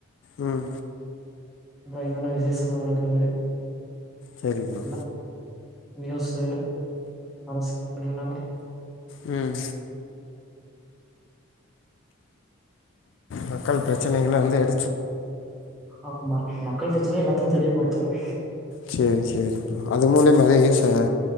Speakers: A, on the left (about 60°); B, in the centre.
A: உம்
B: என்னென்ன விசேஷங்கள் நடக்குது
A: சரி ப்ரோ
B: இல்ல நியூஸு அரசு எல்லாமே
A: உம் மக்கள் பிரச்சனைகள வந்து எடுத்
B: ஆம்மா மக்கள் பிரச்சனைய எல்லாத்துக்கும் தெரியப்படுத்துவோம்
A: செரி செரிப்போ அது மூலையும் நெறய யூஸ்சுங்க